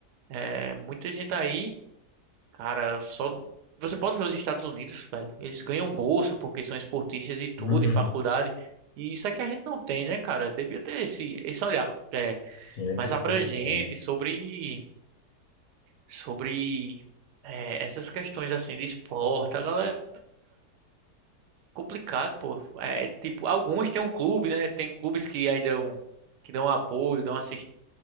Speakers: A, on the right; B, on the left.
A: é, muita gente aí, cara, só. Você pode ver os Estados Unidos, velho, eles ganham bolsa porque são esportistas e tudo,
B: Uhum.
A: em faculdade. E isso é que a gente não tem, né, cara? Devia ter esse, esse olhar. é,
B: Tinha
A: mais
B: que ter
A: abrangente
B: isso, né?
A: sobre sobre é, essas questões assim de esporte. A galera complicado, pô. É, tipo, alguns têm um clube, né? Tem clubes que aí dão que dão apoio, dão assistência